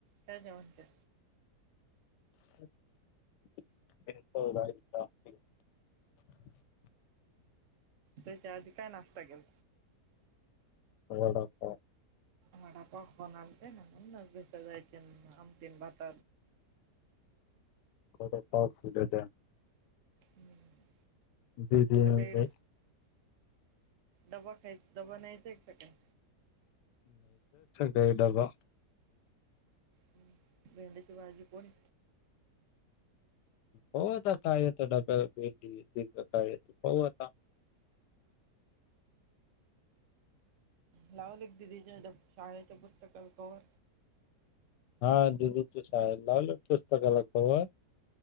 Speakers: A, on the right (about 55°); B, on the left (about 85°).
A: त्या जवणच्या
B: <unintelligible>
A: त्याच्या आधी काय नाश्ता केेला?
B: वडा पाव.
A: वडा पाव फोन आणते ना <unintelligible> जायचे आमटी न भात
B: हो <unintelligible>
A: हम्म.
B: दिदि <unintelligible>
A: सकाळी डबा खाय डबा न्यायचाय का काही?
B: पेडबा.
A: हम् भेंडीची भाजी पोनी
B: पाहू आता काय येतं डब्या भेंडीची <unintelligible> <inaudible>
A: लावलं एक दिदीच्या शाळेच्या पुस्तकला कवर.
B: हा दिदीच्या शाळेला लावले पुस्तकाला कवर?